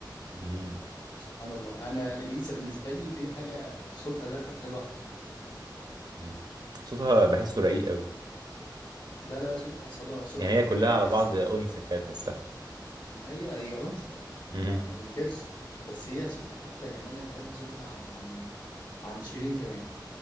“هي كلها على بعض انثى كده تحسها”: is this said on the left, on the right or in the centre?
Right